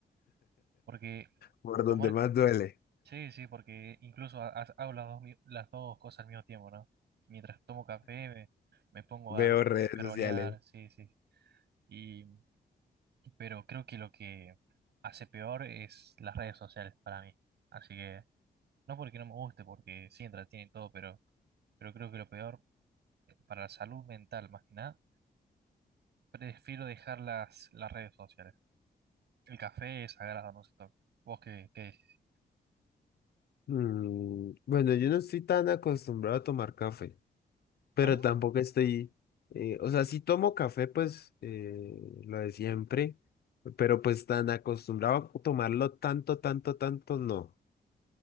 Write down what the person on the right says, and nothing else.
Porque
tomar.
Sí, sí, porque incluso ha- ha- hago las dos, mi- las dos cosas al mismo tiempo, ¿no? Mientras tomo café me, me pongo
a
scrollear,
sí, sí. Y, pero creo que lo que hace peor es las redes sociales para mí. Así que, no porque no me guste, porque sí entretiene y todo, pero, pero creo que lo peor para la salud mental, más que nada Prefiero dejar las, las redes sociales. El café es sagrado, no se toca. ¿Vos qué, qué decís?
Ah, ¿no?